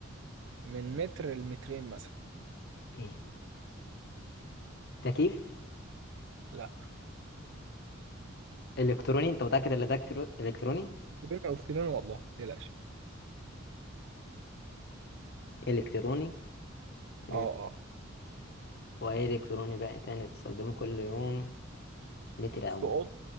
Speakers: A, on the right (about 60°); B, on the left (about 55°).
A: من متر لمترين مثلا
B: إيه تكييف
A: لا
B: إلكتروني أنت متأكد إن ده إلكترو- إلكتروني
A: مترين او مترين والله متقلقش
B: إلكتروني مم.
A: اه اه
B: واي الكتروني بقى تاني بتستخدمه كل يوم متر
A: في
B: او مت-
A: اوضتي